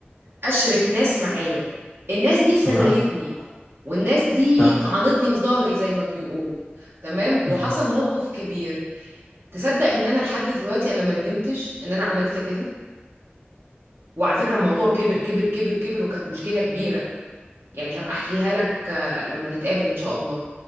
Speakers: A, on the right; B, on the left.
A: اشرك ناس معايا الناس دي خذلتني
B: تمام
A: والناس دي
B: تمام
A: طعنتني في ظهري زي ما بيقولوا تمام وحصل
B: مهم.
A: موقف كبير تصدق ان انا لحد دلوقتي انا ما ندمتش ان انا عملت كده وعلى فكرة الموضوع كبر كبر كبر كبر وكانت مشكلة كبيرة يعني هبقى احكيها لك لما نتقابل ان شاء الله